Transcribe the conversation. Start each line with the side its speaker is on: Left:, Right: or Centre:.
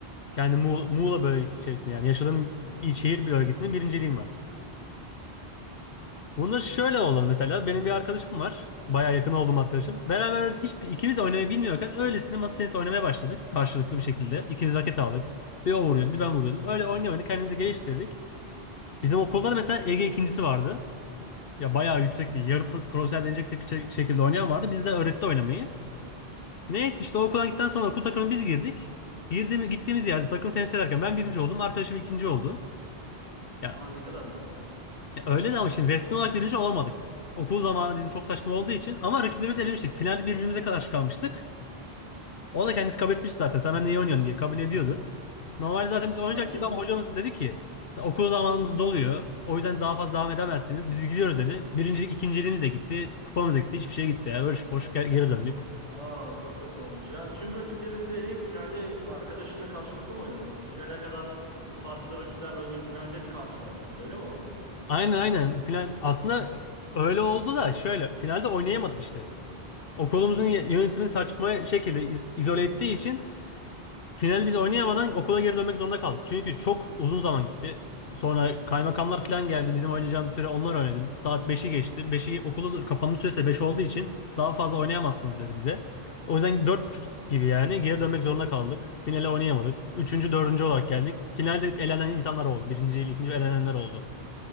Left: Yani Muğla, Muğla bölgesi içerisinde yani yaşadığım il şehir bölgesinin birinciliğim var. Bunu şöyle oldu mesela. Benim bir arkadaşım var. Baya yakın olduğum arkadaşım. Beraber hiç ikimiz de oynamayı bilmiyorken öylesine masa tenisi oynamaya başladık. Karşılıklı bir şekilde. İkimiz raket aldık. Bir o vuruyordu, bir ben vuruyordum. Öyle oynaya oynaya kendimizi geliştirdik. Bizim okulda da mesela Ege ikincisi vardı. Ya bayağı yüksek bir yarı pro- profesyonel denecek sek- şekilde oynayan vardı. Biz de öğretti oynamayı. Neyse işte o okula gittikten sonra okul takımına biz girdik. Girdiğimiz, gittiğimiz yerde takım temsil ederken ben birinci oldum. Arkadaşım ikinci oldu. Ya
Right: Aa ne kadar güzel.
Left: Ya öyle de ama şimdi resmi olarak birinci olamadık. Okul zamanı bizim çok saçma olduğu için ama rakiplerimizi elemiştik. Finalde birbirimize karşı kalmıştık. O da kendisi kabul etmiş zaten. Sen benimle iyi oynuyorsun diye kabul ediyordu. Normalde zaten biz oynayacaktık
Right: Aa tüm
Left: ama hocamız dedi ki okul zamanımız doluyor. O yüzden daha fazla devam edemezsiniz. Biz gidiyoruz dedi. Birincilik, ikinciliğimiz de gitti. Kupamız da gitti. Hiçbir şey gitti. Yani boş boş ge- geri döndük.
Right: Aa çok kötü olmuş. Yani tüm rakiplerinizi eleyip finalde arkadaşınla karşılıklı mı oynadınız? Finale kadar farklı rakiplerle oynayıp finalde karşılaştınız öyle mi oldu?
Left: Aynen aynen. Final aslında öyle oldu da şöyle finalde oynayamadık işte. Okulumuzun ye- yönetimi saçma şekilde iz- izole ettiği için Finali biz oynayamadan okula geri dönmek zorunda kaldık. Çünkü çok uzun zaman gitti. Sonra kaymakamlar falan geldi. Bizim oynayacağımız süre onlar oynadı. Saat beşi geçti. beşi okulu kapanma süresi 5 olduğu için daha fazla oynayamazsınız dedi bize. O yüzden dört buçuk gibi yani geri dönmek zorunda kaldık. Finale oynayamadık. Üçüncü, dördüncü olarak geldik. Finalde elenen insanlar oldu. Birinci ile ikinci elenenler oldu.